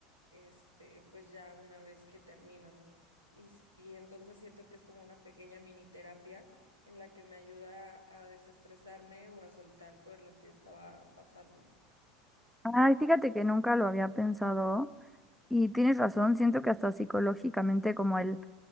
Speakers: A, on the right; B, in the centre.
A: este, pues ya una vez que termino. Y, s- y entonces siento que es como una pequeña mini terapia en la que me ayuda a desestresarme o a soltar por lo que estaba pasando.
B: Ay, fíjate que nunca lo había pensado y tienes razón, siento que hasta psicológicamente como el